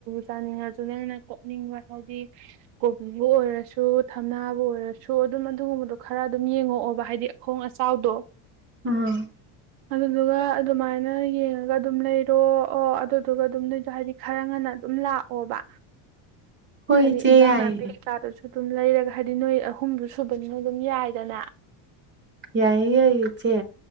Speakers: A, on the right; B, on the right.
A: ꯆꯥꯅꯤꯡꯉꯁꯨ ꯅꯪꯅ ꯀꯣꯛꯅꯤꯡꯕ ꯍꯥꯏꯗꯤ ꯀꯣꯕꯤꯕꯨ ꯑꯣꯏꯔꯁꯨ ꯊꯝꯅꯥꯕꯨ ꯑꯣꯏꯔꯁꯨ ꯁꯣ ꯑꯗꯨꯝ ꯑꯗꯨꯒꯨꯝꯕꯗꯣ ꯈꯔ ꯑꯗꯨꯝ ꯌꯦꯡꯉꯛꯑꯣ ꯍꯥꯏꯗꯤ ꯑꯈꯣꯡ ꯑꯆꯥꯎꯗꯣ
B: ꯑꯥ
A: ꯑꯗꯨꯗꯨꯒ ꯑꯗꯨꯃꯥꯏꯅ ꯌꯦꯡꯉꯒ ꯑꯗꯨꯝ ꯂꯩꯔꯣ ꯑꯣ ꯑꯗꯨꯗꯨꯒ ꯑꯗꯨꯝ ꯅꯗꯣ ꯍꯥꯏꯗꯤ ꯈꯔ ꯉꯟꯅ ꯑꯗꯨꯝ ꯂꯥꯛ ꯑꯣꯕ
B: ꯍꯣꯏ
A: ꯍꯥꯏꯗꯤ
B: ꯏꯆꯦ
A: ꯏꯟꯖꯥꯡ
B: ꯌꯥꯏꯌꯦ
A: ꯅꯥꯄꯤꯒꯤ ꯂꯥꯗꯁꯨ ꯑꯗꯨꯝ ꯂꯩꯔꯒ ꯍꯥꯏꯗꯤ ꯅꯣꯏ ꯑꯍꯨꯝꯗꯨ ꯁꯨꯕꯅꯤ ꯅꯣꯏ ꯑꯗꯨꯝ ꯌꯥꯏꯗꯅ
B: ꯌꯥꯏ ꯌꯥꯆꯦ